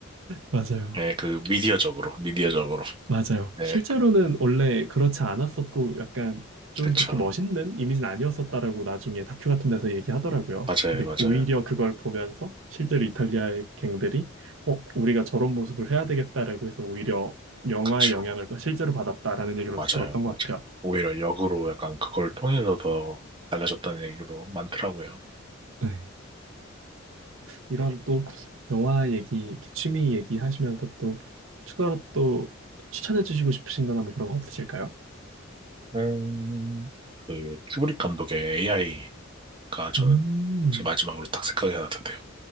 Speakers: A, on the right; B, on the right.
A: 맞아요.
B: 예, 그 미디어적으로, 미디어적으로.
A: 맞아요.
B: 예,
A: 실제로는 원래 그렇지 않았었고 약간 좀
B: 그쵸.
A: 그렇게 멋있는 이미지는 아니었었다라고 나중에 다큐 같은 데서 얘기하더라고요.
B: 맞아요,
A: 근데
B: 맞아요.
A: 오히려 그걸 보면서 실제로 이탈리아의 갱들이 어, 우리가 저런 모습을 해야 되겠다라고 해서 오히려 영화의
B: 그쵸.
A: 영향을 실제로 받았다라는 얘기를
B: 맞아요,
A: 어디서 들었던 것
B: 맞아요.
A: 같아요.
B: 오히려 역으로 약간 그걸 통해서 더 달라졌다는 얘기도 많더라고요.
A: 네. 이런 또 영화 얘기, 이렇게 취미 얘기 하시면서 또 추가로 또 추천해 주시고 싶으신 거나 뭐 그런 거 없으실까요?
B: 음, 그 큐브릭 감독의 AI가 저는
A: 음,
B: 제 마지막으로 딱 생각이 하나 드네요.